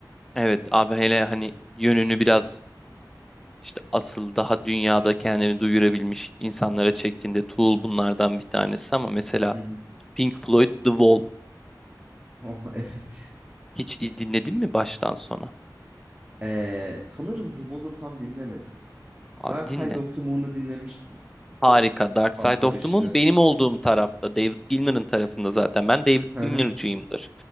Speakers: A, in the centre; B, on the right.
A: Evet abi hele hani yönünü biraz işte asıl daha dünyada kendini duyurabilmiş insanlara çektiğinde Tool bunlardan bir tanesi ama mesela
B: Hı hı. <laughs>
A: Pink Floyd The Wall
B: Oh, evet.
A: hiç dinledin mi baştan sona?
B: E, sanırım The Wall'ı tam dinlemedim.
A: Abi
B: Dark
A: dinle.
B: Side of the Moon'u dinlemiştim. Çok
A: Harika. Dark
B: kafam
A: Side
B: karıştı.
A: of the Moon benim olduğum tarafta. David Gilmour'un tarafında zaten. Ben David
B: Hı
A: Gilmour'cuyumdur.
B: hı.